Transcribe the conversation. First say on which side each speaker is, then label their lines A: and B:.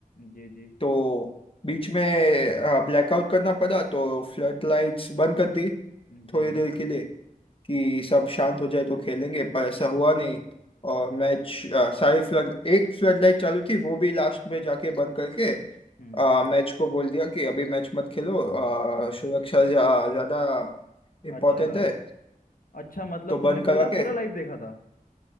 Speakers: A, on the left (about 70°); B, on the left (about 40°).
A: जी जी
B: तो बीच में ब्लैकआउट करना पड़ा तो फ्लड लाइट्स बंद कर दी
A: जी
B: थोड़ी
A: जी
B: देर के लिए कि सब शांत हो जाए तो खेलेंगे पर ऐसा हुआ नहीं और मैच सारी फ्लड एक फ्लड लाइट चालू थी वो भी लास्ट में जाके बंद करके
A: हम्म
B: मैच को बोल दिया कि अभी मैच मत खेलो अ, सुरक्षा ज्या- ज्यादा
A: अच्छा
B: इम्पोर्टेंट है
A: अच्छा मतलब
B: तो
A: तुमने
B: बंद करा
A: पूरा
B: के
A: पूरा लाइव देखा था